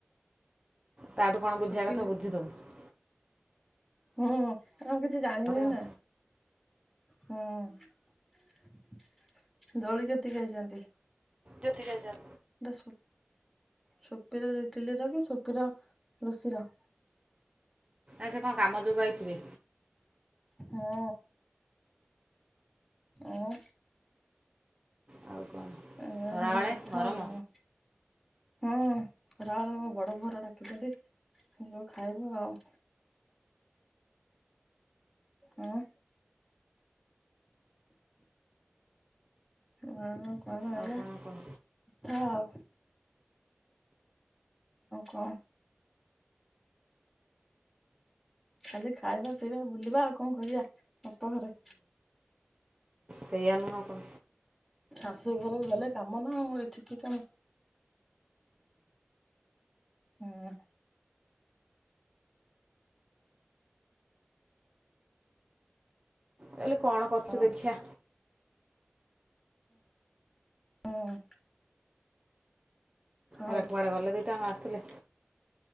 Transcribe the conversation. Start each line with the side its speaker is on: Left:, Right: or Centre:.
Right: ତାଠୁ କଣ ବୁଝିବା
Centre: ସୋପି
Right: କଥା ବୁଝିଦବୁ।
Centre: ହଁ କାରଣ ମୁଁ କିଛି ଜାଣିନି
Right: ଆଉ
Centre: ନା। ହୁଁ ଦୋଳି କତିକି ଆଇଚନ୍ତି।
Right: ଜ୍ୟୋତିକାଜ।
Centre: ଦସୁ ସୋପିର ଥିଲିତାଲେ କି ସୋପିର ଲୋଷିର।
Right: ଆଛା କଣ କାମ ଯୋଗୁ ଆଇଥିବେ।
Centre: ହୁଁ ଉଁ।
Right: ଆଉ କଣ
Centre: ଏୟା
Right: ଖରାବେଳେ
Centre: ହେଲା କଥା
Right: ଗରମ
Centre: ଆଉ। ହଁ ର ର ମୁଁ ବଡ ବୋଉ ଘର ଡାକିଚନ୍ତି ଯିବୁ ଖାଇବୁ ଆଉ। ଉଁ। ହଁ କଣ ଏଇରା।
Right: ଆଉ କହ
Centre: ଥା ଆଉ କଣ। ଖାଲି ଖାଇବା ପିଇବା ବୁଲିବା ଆଉ କଣ କରିବା ବାପ ଘରେ।
Right: ସେଇଆ ନୁହଁ ଆଉ କଣ।
Centre: ଶାଶୁ ଘରକୁ ଗଲେ କାମ ନା ଆଉ ଏଠି କି କାମ। ହୁଁ।
Right: କାଲି କଣ କରୁଚି
Centre: ହଉ
Right: ଦେଖିଆ।
Centre: ହୁଁ ହଉ
Right: ଆରେ କୁଆଡ଼େ ଗଲେ ଦିଟା ଙ୍କ ଆସୁଥିଲେ।